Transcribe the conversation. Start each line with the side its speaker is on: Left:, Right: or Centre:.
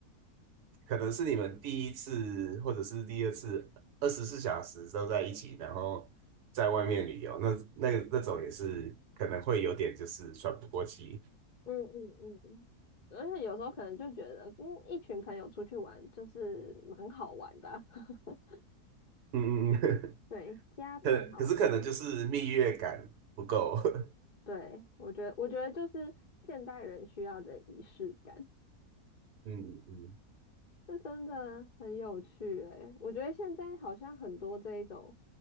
Right: 可能是你们第一次或者是第二次二十四小时都在一起，然后在外面旅游，那那那种也是可能会有点就是喘不过气。
Left: 嗯嗯嗯，而且有时候可能就觉得，嗯，一群朋友出去玩就是蛮好玩的啊，<laughs>
Right: 嗯嗯嗯，
Left: 对，加倍好玩，
Right: <laughs> 可可是可能就是蜜月感不够。<laughs>
Left: 对，我觉得我觉得就是现代人需要的仪式感。
Right: 嗯嗯，
Left: 这真的很有趣诶，我觉得现在好像很多这一种，